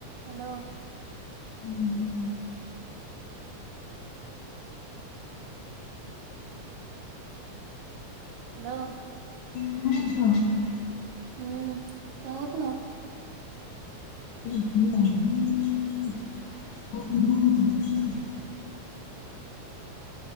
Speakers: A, on the right; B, on the left.
A: Hello.
B: <inaudible>
A: Hello.
B: <unintelligible>
A: ହୁଁ କଣ କରଥୁଲ।
B: <unintelligible> <inaudible>